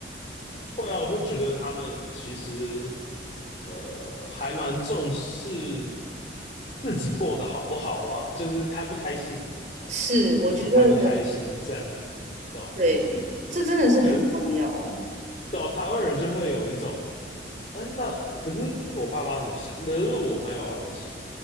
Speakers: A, on the left; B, on the right.
A: 会啊，我会觉得他们其实呃还蛮重视自己过得好不好啊，就是开不开心，
B: 是，我觉得
A: 自己开不开心这样，对啊
B: 对，这真的是很重要。
A: 可是对啊，台湾人就会有一种，哎，那可是我爸妈怎么想？可是我朋友要怎么想？